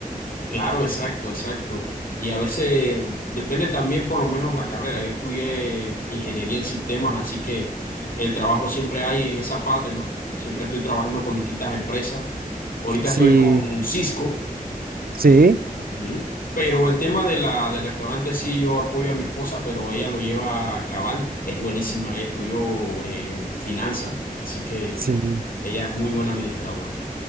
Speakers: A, on the left; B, on the right.
A: Claro, exacto, exacto. Y a veces depende también por lo menos la carrera. Yo estudié ingeniería en sistemas, así que el trabajo siempre hay en esa parte, ¿no? Siempre estoy trabajando con distintas empresas. Ahorita
B: Sí,
A: estoy con Cisco,
B: sí,
A: ujú, Pero el tema de la, del restaurante sí, yo apoyo a mi esposa, pero ella lo lleva a cabal. Es buenísima, ella estudió eh, finanzas, así que
B: sí.
A: ella es muy buena administradora.